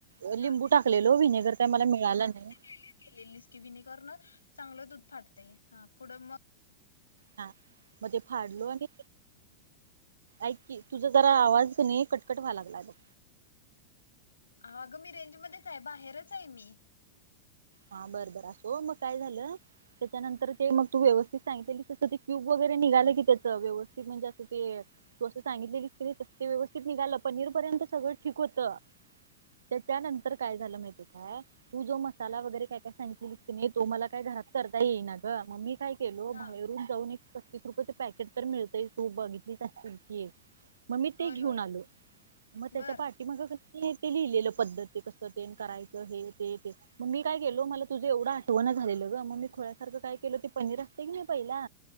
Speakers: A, on the right; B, on the left.
A: अ लिंबू
B: हा
A: टाकलेलो, विनेगर काही मला मिळाल नाही.
B: <unintelligible> लिस्की व्हिनेगरन चांगलं दूध फाटतय, हां, पुढं मग
A: हां, म ते फाडलो आणि आईकी, तुझा जरा आवाज क नही, कटकट व्हाय, लागला ब
B: आगं, मी रेंज मध्येच ये, बाहेरच ये मी.
A: हा, बरं बरं असो, मग काय झालं? त्याच्यानंतर ते, मग तू व्यवस्थित सांगितलेली, तसं ते क्यूब वगैरे, निघाल की त्याच, व्यवस्थित, म्हणजे असं ते तू असं सांगितलेली, की नई तसं, ते व्यवस्थित निघालं, पनीर पर्यंत सगळं ठीक होतं. त, त्यानंतर काय झालं माहिती का? तू जो मस साला वगैर, काय-काय सांगितलेलीस की नई, तो मला काय घरात करता येई ना ग, म मी काय केलो,
B: हा
A: बाहेरून जाऊन एक पस्तीस रुपयाच पॅकेट, तर मिळतय, तू बघितलीस अशील की म मी
B: होय
A: ते घेऊन
B: होय
A: आलो, मग त्याच्या
B: बर
A: पाठ मागं, कसं तें लिहिलेलं, पद्धतती कसं ते करायचं, हे ते ते त म मी काय केलो, मला तुझं एवढं आठवण झालेलं ग, मग मी खुळ्यासारखं काय केलं, त ते पनीर असत की नही, तें पहिला